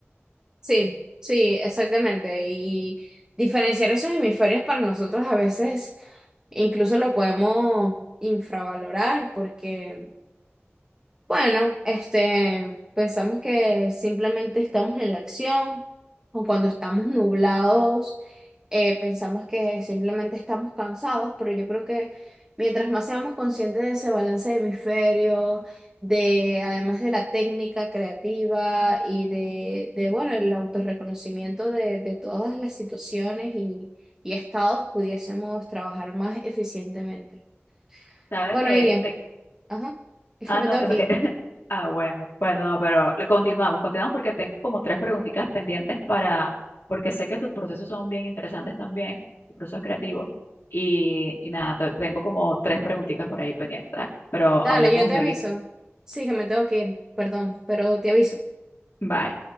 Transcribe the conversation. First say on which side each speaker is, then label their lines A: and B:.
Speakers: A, on the right; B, on the left.
A: Sí, sí, exactamente. Y diferenciar esos hemisferios para nosotros a veces incluso lo podemos infravalorar porque, bueno, este, pensamos que simplemente estamos en la acción o cuando estamos nublados eh, pensamos que simplemente estamos cansados, pero yo creo que mientras más seamos conscientes de ese balance de hemisferio, de además de la técnica creativa y de, de bueno, el autorreconocimiento de, de todas las situaciones y, y estados, pudiésemos trabajar más eficientemente.
B: Sabes
A: Bueno,
B: que
A: Iriam,
B: te-
A: ajá, es
B: Ah,
A: que me
B: no,
A: tengo
B: que
A: que
B: me
A: ir.
B: quedé. <laughs> Ah, bueno, bueno, no, pero le- continuamos, continuamos porque tengo como tres preguntitas pendientes para, porque sé que tus procesos son bien interesantes también, tus procesos creativos, y, y nada, te- tengo como tres preguntitas por ahí pendientes, dale, pero
A: Dale,
B: hablamos
A: yo te
B: luego.
A: aviso. Sí, que me tengo que ir, perdón, pero te aviso.
B: Bye.